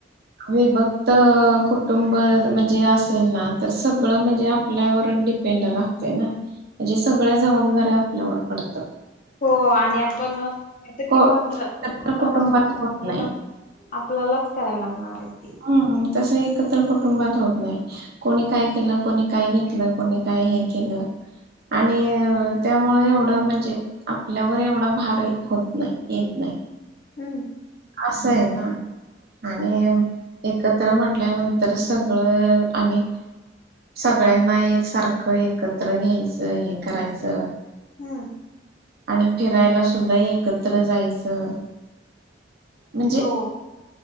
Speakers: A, on the right (about 55°); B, on the left (about 45°).
A: आम्ही बघ कुटुंब म्हणजे असेल ना तर सगळं म्हणजे आपल्यावर डिपेंड राहते ना, म्हणजे सगळ्या जबाबदाऱ्या आपल्यावर पडतात.
B: हो आणि आपण
A: को
B: किंवा त्रास
A: एकत्र कुटुंबात होत
B: <unintelligible>
A: नाही.
B: आपल्यालाच करायला लागणार आहे. ते.
A: हम् तस एकत्र कुटुंबात होत नाही कोणी काय केलं कोणी काय घेतलं कोणी काय हे केलं आणि त्यामुळे एवढं म्हणजे आपल्यावर एवढा भार ही होत नाही येत नाही.
B: हम्म
A: असं आहे ना. आणि एकत्र म्हटल्यानंतर सगळं आणि सगळ्यांना एक सारखं एकत्र घ्यायचं हे करायचं.
B: हम्म.
A: आणि फिरायला सुद्धा एकत्र जायचं. म्हणजे
B: हो.